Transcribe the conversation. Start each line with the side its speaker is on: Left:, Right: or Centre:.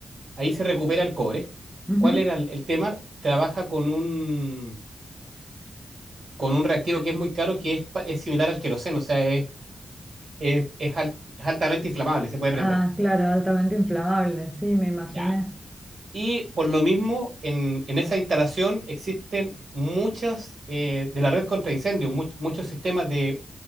Right: ahí se recupera el cobre.
Centre: ujú.
Right: ¿Cuál era el, el tema? Trabaja con un, con un reactivo que es muy caro, que es, pa- es similar al queroseno, o sea, es, es, es al- es altamente inflamable, se puede prender.
Centre: Ah, claro, altamente inflamable, sí, me imaginé.
Right: Ya. Y por lo mismo, en, en esa instalación existen muchas eh, de la red contra incendios, mu- muchos sistemas de